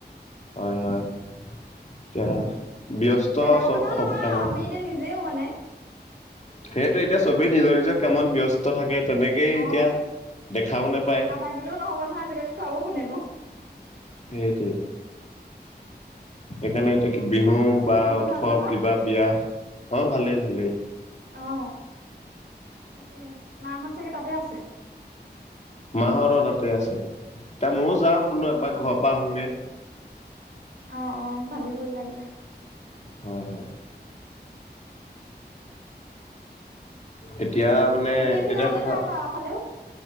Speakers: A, on the left; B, on the right.
A: হয়'-হয়', এতিয়া ব্যস্ত
B: বেলেগৰ
A: চব
B: কথা নহয়
A: কামত।
B: আৰু আমি এতিয়া নিজেও মানে
A: সেইটোৱে এতিয়া চবেই নিজৰ-নিজৰ কামত ব্যস্ত থাকে তেনেকেই
B: অ
A: এতিয়া দেখাও নেপায়।
B: নাথাকিলেও নহ'ব নহয় আজিকালি খুৱাব কোনেনো
A: সেইটোৱে। সেইকাৰণে
B: উম
A: এতিয়া বিহু বা
B: বাকী
A: উৎসৱ
B: ভাল নহয়
A: কিবা বিয়া অ ভালেই ভালেই
B: অ তাকেহে মাহত চাগে তাতে আছে
A: মাহঁত অ তাতে আছে এয়া ময়ো যাম বোলো
B: অ
A: এপাক
B: অ
A: ঘৰৰ পৰা আহো গে
B: অ অ ভালে কৰিলা দিয়া
A: হয় হয় এতিয়া মানে
B: বাকী এইফালে
A: এটাই
B: আহিবা
A: কথা
B: আকৌ আমাৰ ফালেও